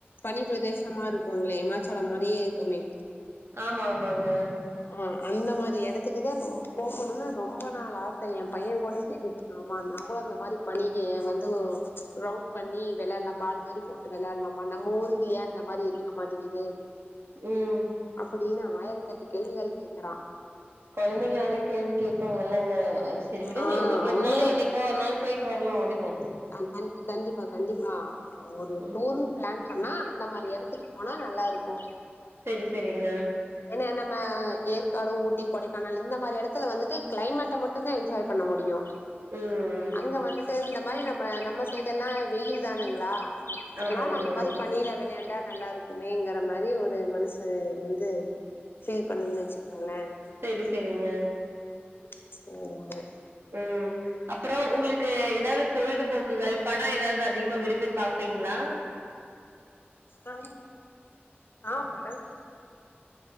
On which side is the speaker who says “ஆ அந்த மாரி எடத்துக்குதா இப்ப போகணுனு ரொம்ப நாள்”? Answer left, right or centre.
Left